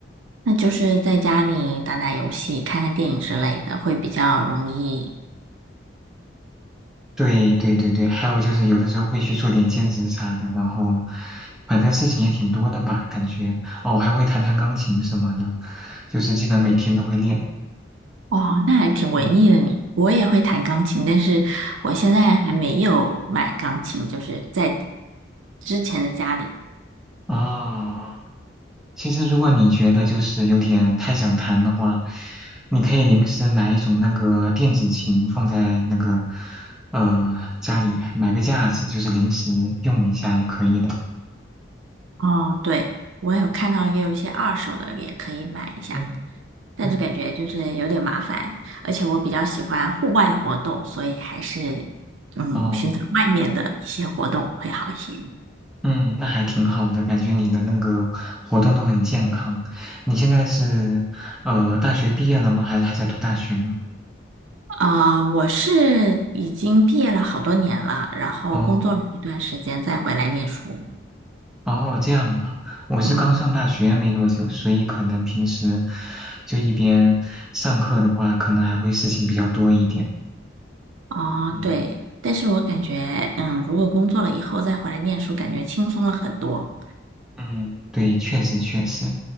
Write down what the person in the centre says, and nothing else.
对对对对，还有就是有的时候会去做点兼职啥的，然后反正事情也挺多的吧，感觉哦，还会弹弹钢琴什么的，就是基本每天都会练。
嗯，
哦
啊，其实如果你觉得就是有点太想弹的话，你可以临时买一种那个电子琴放在那个呃家里，买个架子，就是临时用一下也可以的。
嗯
嗯，
哦。嗯，那还挺好的，感觉你的那个活动都很健康。你现在是呃大学毕业了吗？还是还在读大学呢？
哦哦，这样啊，我是刚上大学没多久，
所以可能平时就一边上课的话，可能还会事情比较多一点。
嗯
嗯，对，确实确实。